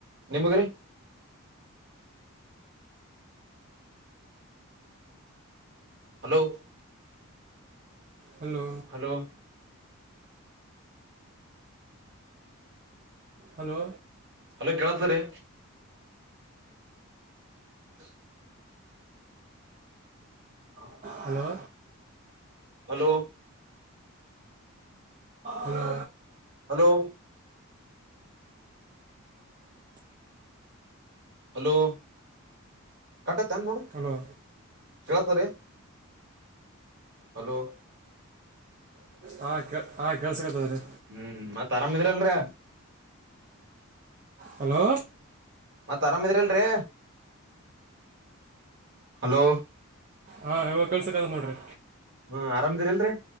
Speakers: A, on the right; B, on the right.
A: ನಿಮಗರಿೀ hello
B: hello
A: hello
B: hello
A: hello ಕೇಳತಾರೆ ಹ ಹೌ
B: hello
A: hello
B: hello
A: hello hello ಕಟತ್ ಏನು ನೋಡು
B: ಹಲೋ
A: ಕೇಳತ ರೀ ಹಲೋ
B: ಹ ಹ ಕೆಲ್ಸಗತದ ರೀ
A: ಹೂ ಮತ್ ಆರಾಮ್ ಇದಿದ್ರಲ್ರ
B: ಹಲೋ
A: ಮತ್ ಆರಾಮಿದ್ರ ಅಲ್ರಿ ಹಲೋ
B: ಹಾ ಇವಾಗ ಕೆಲ್ಸಕ್ದ ನೋಡ್ರಿ
A: ಹ್ಹೂ ಆರಾಮ್ದಿರಿಲ್ರಿ